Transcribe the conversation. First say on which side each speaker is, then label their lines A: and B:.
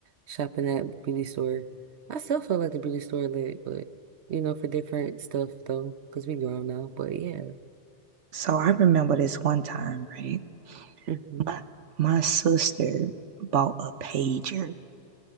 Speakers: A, on the right; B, on the right.
A: shopping at beauty store. I still feel like the beauty store lit, but you know, for different stuff though, because we grown now. But yeah.
B: So I remember this one time, right?
A: hmm
B: My my sister bought a pager.